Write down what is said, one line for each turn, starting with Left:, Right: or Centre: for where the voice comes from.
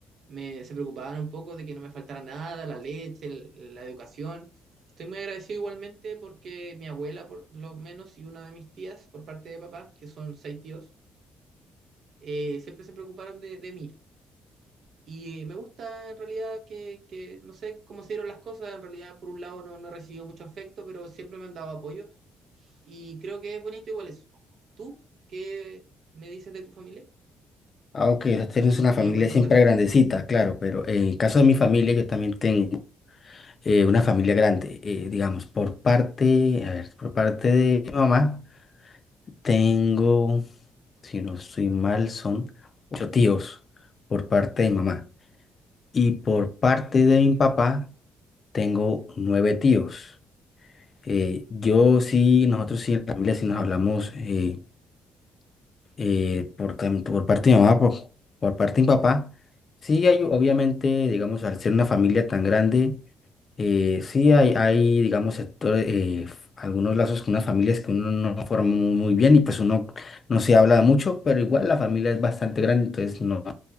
Right: me se preocupaban un poco de que no me faltara nada, la leche, el- la educación. Estoy muy agradecido igualmente porque mi abuela, por lo menos, y una de mis tías, por parte de papá, que son seis tíos, eh, siempre se preocuparon de, de mí. Y eh, me gusta en realidad que, que, no sé cómo se dieron las cosas, en realidad por un lado no, no he recibido mucho afecto, pero siempre me han dado apoyo y creo que es bonito igual eso. ¿Tú qué me dices de tu familia?
Left: Aunque tenemos una
Right: ¿Qué
Left: familia
Right: me puedes
Left: siempre
Right: contar?
Left: grandecita, claro, pero eh, en el caso de mi familia, yo también tengo eh, una familia grande. eh, digamos, por parte, a ver, por parte de mi mamá, tengo, si no estoy mal, son ocho tíos por parte de mi mamá. Y por parte
Right: Ujú.
Left: de mi papá, tengo nueve tíos. Eh, yo sí, nosotros sí, en la familia sí nos hablamos. eh, eh, por, tam- por parte de mi mamá, por, por parte de mi papá, sí hay, obviamente, digamos, al ser una familia tan grande, eh, sí hay, hay, digamos, sectores, eh, algunos lazos con unas familias que uno no forma muy, muy bien y pues uno no se habla mucho, pero igual la familia es bastante grande, entonces no hay